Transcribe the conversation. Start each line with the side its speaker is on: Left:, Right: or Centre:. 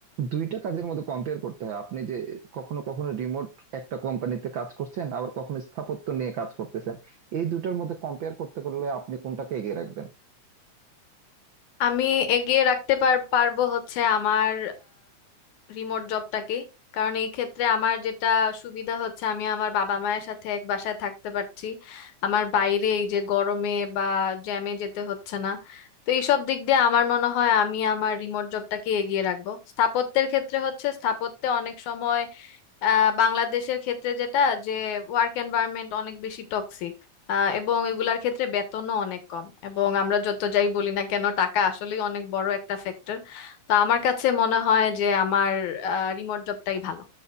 Right: দুইটা কাজের মধ্যে কম্পেয়ার করতে হয় আপনি যে কখনো কখনো রিমোট একটা কোম্পানিতে কাজ করছেন আবার কখনো স্থাপত্য নিয়ে কাজ করতেছেন এই দুইটার মধ্যে কম্পেয়ার করতে করলে আপনি কোনটাকে এগিয়ে রাখবেন
Left: আমি এগিয়ে রাখতে পার পারবো হচ্ছে আমার রিমোট জবটাকে কারণ এই ক্ষেত্রে আমার যেটা সুবিধা হচ্ছে আমি আমার বাবা মায়ের সাথে এক বাসায় থাকতে পারছি আমার বাইরে এই যে গরমে বা জ্যামে যেতে হচ্ছে না তো এইসব দিক দিয়ে আমার মনে হয় আমি আমার রিমোট জবটাকে এগিয়ে রাখবো স্থাপত্যের ক্ষেত্রে হচ্ছে স্থাপত্যে অনেক সময় আহ বাংলাদেশের ক্ষেত্রে যেটা যে ওয়ার্ক এনভায়রনমেন্ট অনেক বেশি টক্সিক এবং এগুলার ক্ষেত্রে বেতনও অনেক কম এবং আমরা যত যাই বলি না কেন টাকা আসলেই অনেক বড় একটা ফ্যাক্টর তো আমার কাছে মনে হয় যে আমার রিমোট জবটাই ভালো